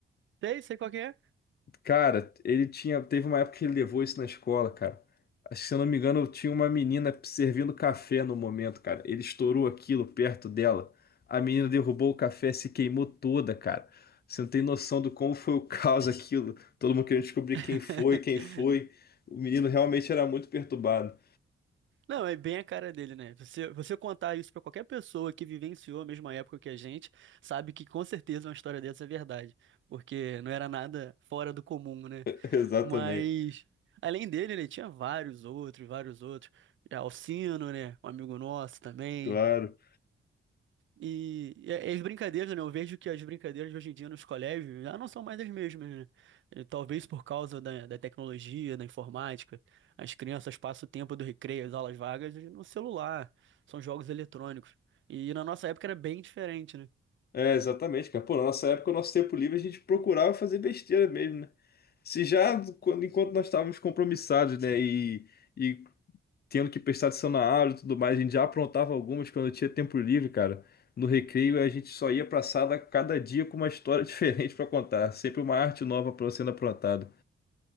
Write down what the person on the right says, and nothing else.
Sei, sei qual que é.
<laughs>
Não, é bem a cara dele, né? Você, você contar isso pra qualquer pessoa que vivenciou a mesma época que a gente, sabe que com certeza uma história dessa é verdade, porque não era nada fora do comum, né?
Mas além dele, né, tinha vários outros, vários outros. É, Alcino, né? Um amigo nosso também.
E, e as brincadeiras, né? Eu vejo que as brincadeiras de hoje em dia nos colégios já não são mais as mesmas, né? E Talvez por causa da, da tecnologia, da informática. As crianças passam o tempo do recreio, as aulas vagas, no celular. São jogos eletrônicos. E na nossa época era bem diferente, né?